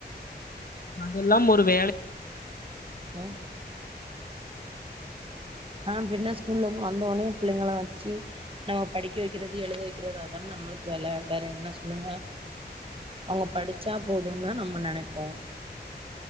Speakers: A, on the left (about 55°); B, on the right (about 30°).
A: அதெல்லாம் ஒரு வேலை
B: அ ஆ பின்ன ஸ்கூல்ல இருந்து வந்தோனே பிள்ளைங்கள வச்சு நம்ம படிக்க வைக்கிறது எழுத வைக்கிறது அதானே நம்மளுக்கு வேலை வேற என்ன சொல்லுங்க அவுங்க படிச்சா போதுன்னு தா நம்ம நினைப்போ